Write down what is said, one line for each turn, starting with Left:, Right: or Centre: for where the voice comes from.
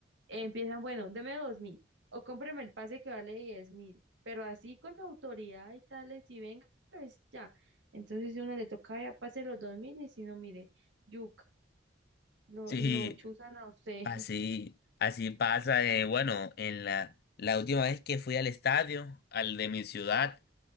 Right: Empiezan, bueno, deme dos mil o cómpreme el pase que vale diez mil, pero así con la autoridad y tales, y venga, pues ya. Entonces, si uno le toca, ya pase los dos mil, y si no, mire, yuca, lo,
Left: sí,
Right: lo chuzan a usted.
Left: así, así pasa. eh, bueno, en la, la última vez que fui al estadio, al de mi ciudad,